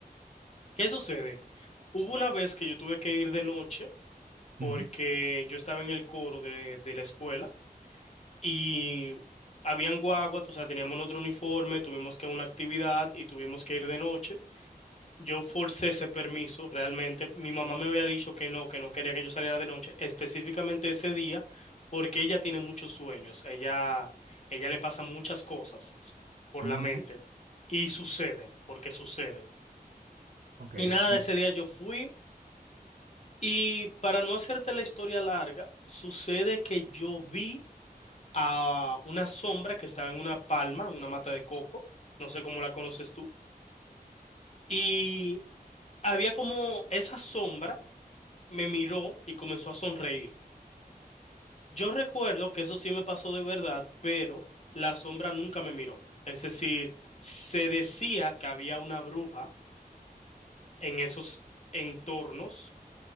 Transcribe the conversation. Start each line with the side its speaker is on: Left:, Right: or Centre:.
Left: ¿Qué sucede? Hubo una vez que yo tuve que ir de noche porque
Right: ujú,
Left: yo estaba en el coro de, de la escuela y habían guaguas, o sea, teníamos otro uniforme, tuvimos que una actividad y tuvimos que ir de noche. Yo forcé ese permiso, realmente. Mi mamá me había dicho que no, que no quería que yo saliera de noche, específicamente ese día, porque ella tiene muchos sueños, ella, ella le pasan muchas cosas por
Right: mm,
Left: la mente y suceden, porque suceden.
Right: Ok,
Left: Y nada,
Right: son.
Left: ese día yo fui. Y para no hacerte la historia larga, sucede que yo vi a una sombra que estaba en una palma, en una mata de coco, no sé cómo la conoces tú, y había como esa sombra me miró y comenzó a sonreír. Yo recuerdo que eso sí me pasó de verdad, pero la sombra nunca me miró. Es decir, se decía que había una bruja en esos entornos